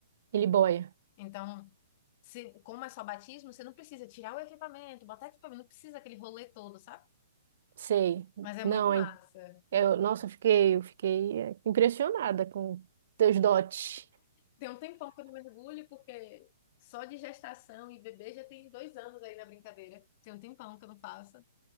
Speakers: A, on the right (about 55°); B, on the left (about 30°).
A: Ele boia,
B: Então, se, como é só batismo, você não precisa tirar o equipamento, botar equipamento, não precisa aquele rolê todo, sabe?
A: sei.
B: Mas é
A: Não,
B: muito massa.
A: hein? Eu,
B: Muito...
A: nossa,
B: massa.
A: eu fiquei, eu fiquei é, impressionada com teus dotes.
B: Tem um tempão que eu não mergulho, porque só de gestação e bebê já tem dois anos aí na brincadeira. Tem um tempão que eu não faço.